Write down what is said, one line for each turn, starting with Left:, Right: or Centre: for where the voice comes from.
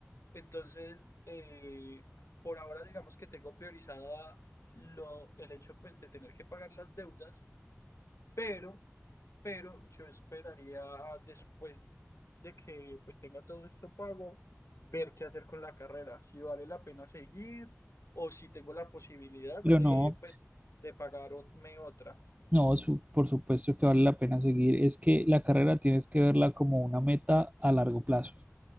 Left: Entonces, eh, por ahora digamos que tengo priorizada lo, el hecho pues de tener que pagar las deudas, pero, pero yo esperaría después de que pues tenga todo esto pago, ver qué hacer con la carrera, si vale la pena seguir o si tengo la posibilidad
Right: Pero
Left: de
Right: no,
Left: pues de pagarme otra.
Right: no, su- por supuesto que vale la pena seguir. Es que la carrera tienes que verla como una meta a largo plazo.